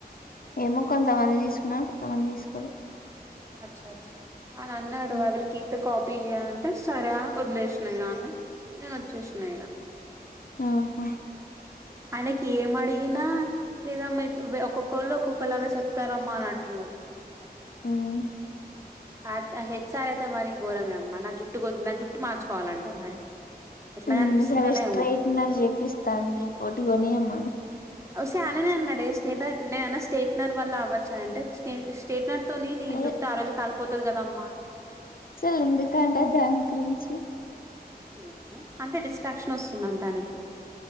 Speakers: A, on the left; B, on the right.
A: ఏమో కొంతమందియి తీసుకున్నడు, కొంతమంది తీసుకోలే.
B: అచ్చ అచ్చ అని అన్నడు,
A: hmm.
B: I Will keep the copy అని అన్ టే సరే అ వదిలేషిన ఇగ ఆన్నె, నేను వచ్చేషిన ఇగ
A: ఆహ
B: ఆయనకి ఏం అడిగినా లేదా మెత్ వె ఒక్కొక్కోళ్ళు ఒక్కొక్కలాగా చెప్తారమ్మ అని అంటున్నడు.
A: ఉమ్
B: హాట్ అ హెచ్ఆర్ అయితే మరి ఘోరమే, మన జుట్టు గొ నా జుట్టు మార్చుకోవాలంట వాడికి. ఎట్లా
A: మ్
B: కనిపిస్తుందోనే
A: సరే స్ట్రైట్నర్
B: ఏమో
A: చేపిస్తా అని చెప్పోటి కొనియమను.
B: ఒసేయ్ అయననే అన్నడే, స్టేటర్ నేనన్న స్టేట్నర్ వల్ల అవ్వచ్చనంటే స్నేత్ స్టేట్నర్ తొని నీ
A: అయ్యో
B: జుట్ట ఆ రోజు కాలిపోతది గదమ్మా
A: అసలేందుకంట దాని గురించి
B: ఏమో అంటే డిస్ట్రాక్షన్ వస్తుందంట ఆయనికి